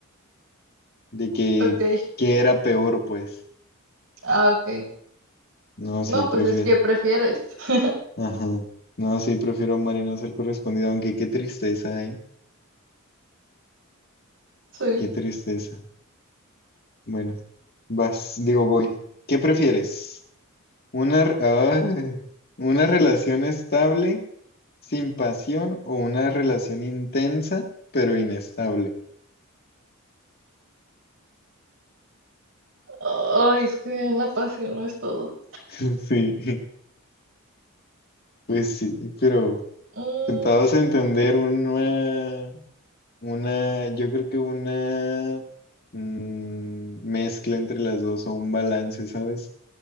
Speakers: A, on the left; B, on the right.
A: de que,
B: Ok.
A: que era peor, pues.
B: Ah, ok.
A: No, sí,
B: No,
A: prefiero.
B: pues es que prefieres. <laughs>
A: Ajá. No, sí, prefiero amar y no ser correspondido, aunque qué tristeza, ¿eh?
B: Sí.
A: Qué tristeza. Bueno, vas, digo, voy. ¿Qué prefieres? ¿Una, re- ay, una relación estable sin pasión o una relación intensa pero inestable?
B: Ay, es que la pasión no es todo.
A: <laughs> Sí, pues sí, pero
B: Mm,
A: tentados a entender una... Una, yo creo que una mm, mezcla entre las dos o un balance, ¿sabes?